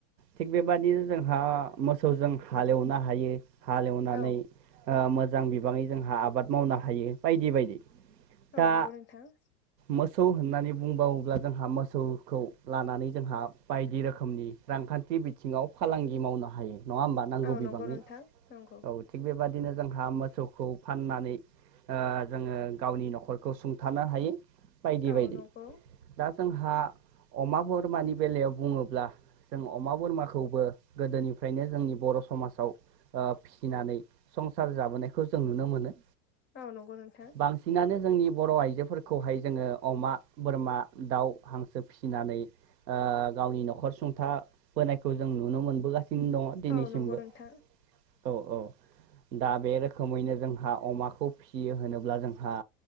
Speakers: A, on the right (about 80°); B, on the left (about 25°).
A: थिग बेबाददिनो जोंहा मोसौजों हालेवनो हायो हालेवनानै
B: औ
A: आं मोजां बिबाङै जोंहा आबाद मावनो हायो बायदि बायदि।
B: औ
A: दा
B: नंगौ नोंथां।
A: मोसौ होननानै बुंबावोब्ला जोंहा मोसौखौ लानानै जोंहा बायदि रोखोमनि रांखान्थि बिथिङाव फालांगि मावनो हायो नङा होमबा नांगौ
B: औ
A: बिबांनि।
B: नंगौ नोंथां नंगौ
A: औ थिग बेबादिनो जोंहा मोसौखौ फाननानै ओ जोङो गावनि न'खर खौ सुंथानो हायो बायदि
B: औ
A: बायदि।
B: नंगौ
A: दा जोंहा अमा बरमानि बेलायाव बुङोब्ला जों अमा बोरमाखौबो गोदोनिफ्रायनो जोंनि बर' समाजाव ओ फिसिनानै संसार जाबोनायखौ जों नुनो मोनो।
B: औ नंगौ नोंथां।
A: बांसिनानो जोंनि बर' आइजोफोरखौहाय जोङो अमा बोरमा दाउ हांसो फिसिनानै ओ गावनि न'खर सुंथा बोनायखौ जों नुनो मोनबोगासिनो दङ। दिनैसिमबो
B: औ नंगौ नोंथां
A: औ औ दा बे रोखोमैनो जोंहा अमाखौ फिसियो होनोब्ला जोंहा